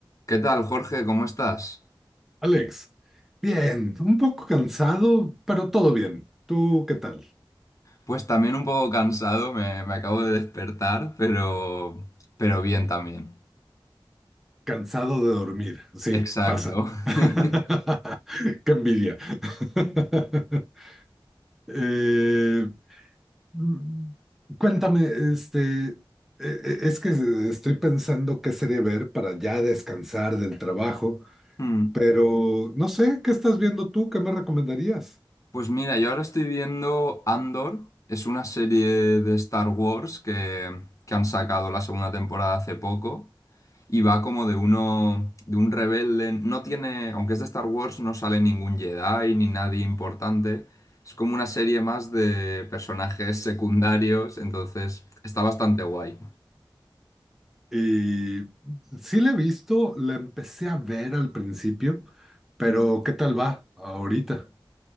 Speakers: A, on the left; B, in the centre.
A: ¿Qué tal, Jorge? ¿Cómo estás?
B: Alex, bien, un poco cansado, pero todo bien. ¿Tú qué tal?
A: Pues también un poco cansado, me, me acabo de despertar, pero, pero bien también.
B: Cansado de dormir, sí,
A: Exacto.
B: pasa. <laughs>
A: <laughs>
B: Qué envidia. <laughs> Eh, mm, cuéntame, este, e- e- es que estoy pensando qué serie ver para ya descansar del trabajo,
A: Hmm.
B: pero no sé, ¿qué estás viendo tú? ¿Qué me recomendarías?
A: Pues mira, yo ahora estoy viendo Andor, es una serie de Star Wars que, que han sacado la segunda temporada hace poco y va como de uno, de un rebelde. No tiene, aunque es de Star Wars, no sale ningún Jedi ni nadie importante. Es como una serie más de personajes secundarios, entonces está bastante guay.
B: Y sí la he visto, la empecé a ver al principio, pero
A: Mm.
B: ¿qué tal va ahorita?